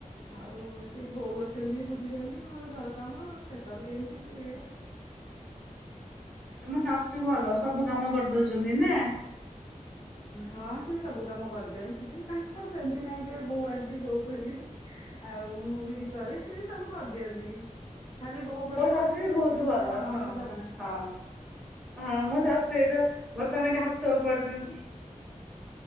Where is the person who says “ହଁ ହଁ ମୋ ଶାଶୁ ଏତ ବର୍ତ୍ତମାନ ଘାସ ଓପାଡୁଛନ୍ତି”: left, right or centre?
Centre